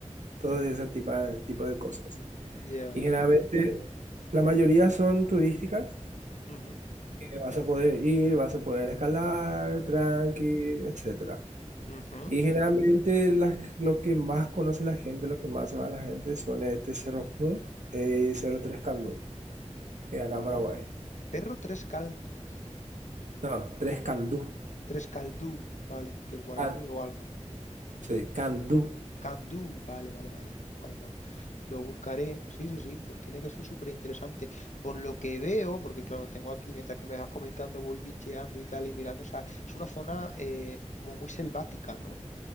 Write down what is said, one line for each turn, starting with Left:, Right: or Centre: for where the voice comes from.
Right: todos ese tipo, tipo de cosas.
Left: Ya.
Right: Y generalmente la mayoría son turísticas,
Left: Ujú.
Right: que vas a poder ir, vas a poder escalar, tranqui, etcétera
Left: Ujú.
Right: y generalmente las- lo que más conoce la gente, lo que más se va la gente son este Cerro Ju y Cerro Tres Candú, que es
Left: Vale.
Right: acá en Paraguay.
Left: Cerro Tres Caldos.
Right: No, Tres Candú.
Left: Tres Caldú, vale, que es guaraní
Right: Ah,
Left: o algo.
Right: sí, Candú.
Left: Candú, vale, vale, vale. Guay, guay. Lo buscaré, sí, sí, sí, pues tiene que ser súper interesante. Por lo que veo, porque claro, tengo aquí, mientras que me vas comentando, voy bicheando y tal y mirando, o sea, es una zona eh, como muy selvática, ¿no?